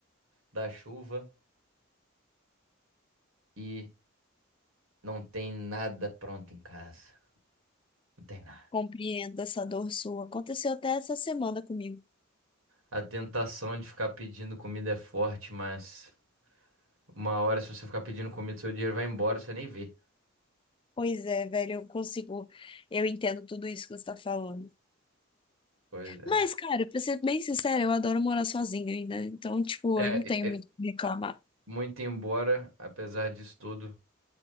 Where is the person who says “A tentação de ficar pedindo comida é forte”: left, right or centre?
Right